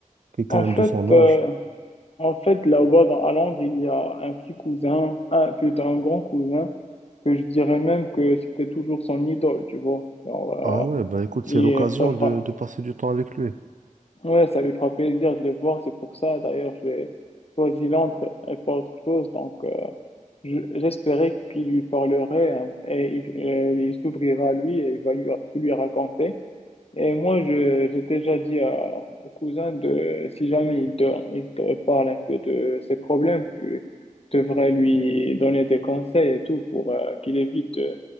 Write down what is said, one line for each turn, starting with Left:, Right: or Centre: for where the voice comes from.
Right: quelqu'un
Left: En fait,
Right: de son âge?
Left: euh, En fait, là-bas, dans, à Londres, il y a un petit cousin, un, plutôt un grand cousin, que je dirais même que c'était toujours son idole, tu vois. Genre, euh,
Right: Ah ouais, bah écoute,
Left: et
Right: c'est l'occasion
Left: ça fera...
Right: de, de passer du temps avec lui.
Left: ouais, ça lui fera plaisir de le voir, c'est pour ça, d'ailleurs, j'ai choisi Londres et pas autre chose. Donc, euh, je- j'espérais qu'il lui parlerait hein, et il, et il s'ouvrira à lui et il va lui, tout lui raconter. Et moi, je, j'ai déjà dit à, au cousin de, si jamais il te, il te parle un peu de ses problèmes, tu devrais lui donner des conseils et tout pour euh, qu'il évite de